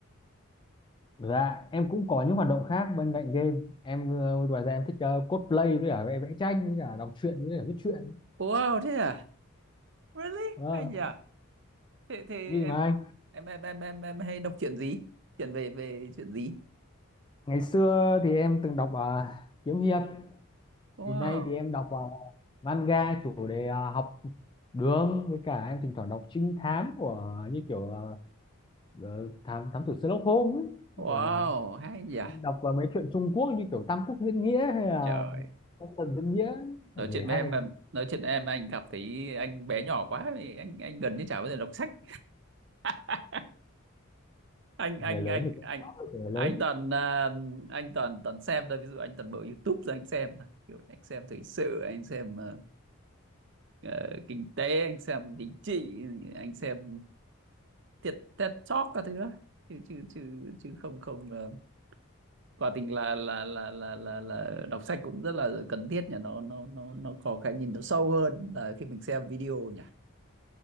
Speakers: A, on the left (about 20°); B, on the right (about 55°).
A: Dạ, em cũng có những hoạt động khác bên cạnh game. Em ờ, ngoài ra em thích ờ, cosplay với cả vẽ vẽ tranh với cả đọc truyện với cả viết truyện.
B: wow thế à really
A: Vâng,
B: hay nhỉ thế thế
A: vì
B: em
A: mà anh.
B: em em em em, em hay đọc chuyện gì chuyện về về chuyện gì
A: Ngày xưa thì em từng đọc ờ, kiếm hiệp.
B: wow
A: Hiện nay thì em đọc ờ, manga chủ đề ờ, học đường với cả em thỉnh thoảng đọc trinh thám của như kiểu ờ, ờ, thám thám tử Sherlock Holmes ấy.
B: wow
A: Hoặc là
B: hay nhỉ
A: đọc vào mấy chuyện Trung Quốc như kiểu Tam Quốc diễn nghĩa hay là
B: trời
A: Phong Thần diễn nghĩa
B: nói
A: để
B: chuyện với
A: hay
B: em mà nói chuyện với em anh cảm thấy anh bé nhỏ quá thì anh anh gần như chả bao giờ đọc sách <laughs> anh anh
A: người lớn
B: anh
A: thì cũng
B: anh
A: có áp lực của người lớn
B: anh toàn à, anh toàn toàn xem thôi ví dụ anh toàn mở YouTube rồi anh xem thôi kiểu anh xem thời sự anh xem ờ, ờ, kinh tế anh xem chính trị anh xem thiệt TED Talk các thứ đó chứ chứ chứ chứ không không ờ, quả tình là là là là là là đọc sách cũng rất là cần thiết nhỉ nó nó nó nó có cái nhìn nó sâu hơn là khi mình xem video nhỉ